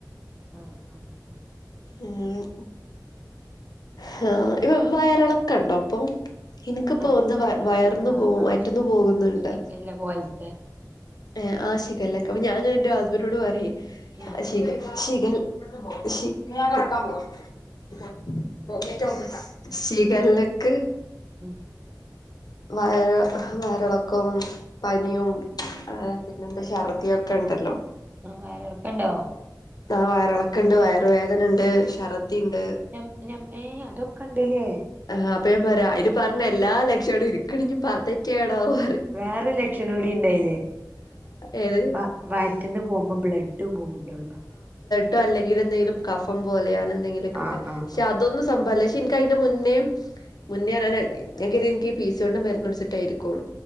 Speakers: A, on the right; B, on the left.
A: ആഹ് ആഹ് ആഹ്.
B: ഉം ഹാ ഇപ്പ വയറിളക്ക ഇണ്ടോ ഇപ്പം ഇന്ക്ക്പ്പോ
A: അത്
B: ഒന്ന് വ
A: ആശി
B: വയർന്നു
A: ആ
B: പോ
A: ആ
B: വയറ്റ്ന്നു പോവുന്ന്ണ്ട്.
A: ശിഖല്ല പോലത്തെ
B: ഏഹ് ആ ശിഖല്ലൊക്കെ. അപ്പ ഞാൻ ഇങ്ങനെ ഇന്റെ ഹസ്ബന്റ്നോട് പറ്യെ
A: ആ
B: ശിഖ ശിഖ ഷി <unintelligible> <unintelligible> <unintelligible> ശീഖല്ലക്ക്
A: ഉം
B: വയറ വയറളക്കം പനിയും ആഹ്
A: ആ
B: പിന്നെന്താ ഛർദിയൊക്കെ ഇണ്ടല്ലോ.
A: ആ വയറിളക്കണ്ടോ
B: ആ വയറെളക്കണ്ട് വയറുവേദനണ്ട് ഛർദ്ദി ഇണ്ട്.
A: ഞം ഞം ഏഹ് അതൊക്കെ ഇണ്ട് ലേ.
B: ആഹ് അപ്പഞാൻ പറ്യ അയ്ല് പർഞ്ഞല്ലാ ലക്ഷണും ഇൻക്ക്ട്. ഇഞ് പ്പതറ്റേണാവൊ.
A: വേറെ ലക്ഷണൂടി ഇണ്ടയ്ല്.
B: ഏത്
A: വ വയറ്റ്ന്ന് പോകുമ്പോ ബ്ലഡും പോവ്ണ്ടോലൊ.
B: ടൊ അല്ലെങ്കില് എന്തെങ്കിലും എന്തേലും കഫം പോലെ അങ്ങനെ എന്തെങ്കിലൊക്കെ
A: ആഹ്
B: ഇട്ട്
A: ആഹ്
B: ക്ഷേ അതൊന്നും സംഭവല്ല ക്ഷേ ഇന്ക്കയിന്റെ മുൻ ന്നേം മുന്നേ അർഞാല് ഞാൻ കെർധി ഇൻക്കി പി സ്യോടിന്റെ മര്ന്ന് കുട്ച്ചിട്ടായിരിക്കും.